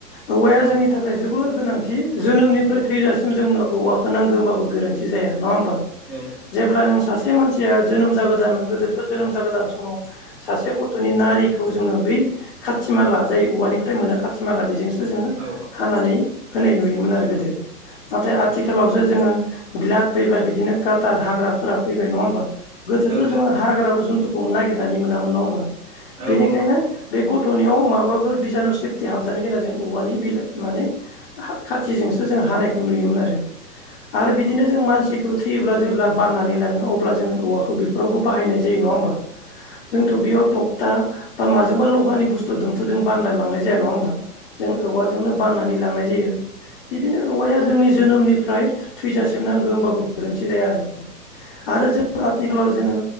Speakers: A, on the left; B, on the right.
A: औवाया
B: औ
A: जोंनि थाखाय जोबोद गोनां दि जोनोमनिफ्राय थैजासिम जोंनो औवाखौ नांगो होनबाबो गोरोन्थि जाया। नङा होमबा
B: औ
A: जेब्ला नों सासे जोनोम जागोदान गोदोथ' जोनोम जागोदान समाव सासे गथ'नि नारिखौ जोङो बै खाथि माला जाय औवानिफ्राय मोनो खाथि माला बेजोंसो जोङो
B: औ
A: हानानै होनाय नुयोमोन आरो गोदो, नाथाय
B: औ
A: आथिखालावसो जोङो बेल्द फैबाय बिदिनो काटार हाग्राफोरा फैबाय नङा होमबा गोदोथ'
B: औ
A: जोङो हाग्रा जुनतु खौ नागिरनानै मोनामोन नङा होमबा
B: औ
A: बेनिखायनो
B: औ
A: बे गथ'नियाव माबाफोर बिजानु सेफटिक हाबजानो गिना जों औवानि बिला माने खाथिजोंसो जोंङो हानायखौ नुयोमोनआरो आरो
B: औ
A: बिदिनो जों मानसिखौ थैयोब्ला जेब्ला बाननानै लांङो अब्ला जोङो औवाखौ बेफोरावबो बाहायनाय जायो नङा होमबा जोंथ' बेयाव तपता बा माजोंबा लहानि बुस्थुजोंथ' बानना लांनाय जाया नङा होमबा जों औवाजोंनो बाननानै लांनाय जायो बिदिनो औवाया जोंनि जोनोमनिफ्राय थैजासिम नांगौ होनबाबो गोरोन्थि जाया आरो आरो जों आथिखालाव जोङो